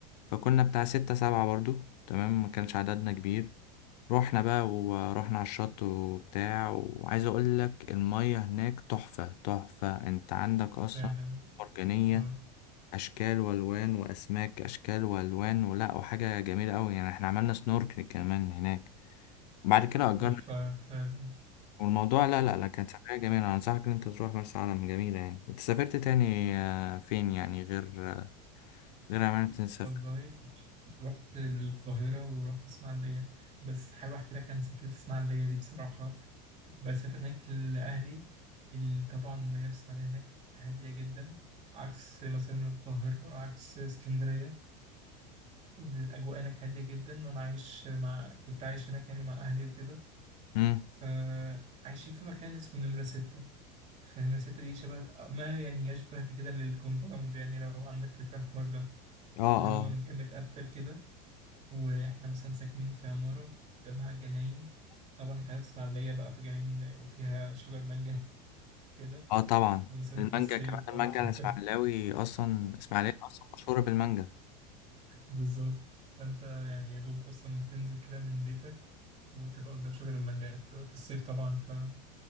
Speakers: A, on the left; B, on the right.
A: فكنا بتاع ستة سبعة برضو تمام ما كانش عددنا كبير رحنا بقى ورحنا على الشط وبتاع وعايز اقول لك المية هناك تحفة تحفة انت عندك اصلا
B: فعلا
A: مرجانية
B: آه،
A: اشكال والوان واسماك اشكال والوان ولا وحاجة جميلة قوي يعني احنا عملنا سنوركل كمان هناك وبعد كده اجرنا
B: تحفة فعلا
A: والموضوع لا لا لا كانت سفرية جميلة أنا أنصحك إن أنت تروح مرسى علم جميلة يعني أنت سافرت تاني آه، فين يعني غير آه، غير أمانة سافر
B: والله رحت القاهرة ورحت اسماعيلية بس حابب أحكي لك عن سفرية اسماعيلية دي بصراحة بسافر هناك لأهلي ال- طبعا المدينة في اسماعيلية هناك هادية جدا عكس مثلا القاهرة عكس اسكندرية الأجواء هناك هادية جدا أنا عايش مع كنت عايش هناك يعني مع أهلي وكده
A: أمم
B: فعايشين في مكان اسمه نمرة ستة فنمرة ستة دي شبه ما يعني يشبه بكده للكومباوند يعني لو عندك فكرة عن الحوار ده
A: أه
B: اللي هو
A: أه
B: مكان متقفل كده وإحنا مثلا ساكنين في عمارة قدامها جناين طبعا أنت عارف اسماعيلية بقى في جناين وفيها شجر مانجا وكده
A: أه طبعا
B: ونسافر
A: المانجا
B: في الصيف
A: كمان
B: اه
A: المانجا
B: <laughs> فانت
A: الإسماعيلاوي أصلا إسماعيلية أصلا مشهورة بالمانجا
B: بالظبط فانت يعني يا دوب اصلا بتنزل كده من بيتك وتبقى قدام شجر المانجا في الصيف طبعا فيا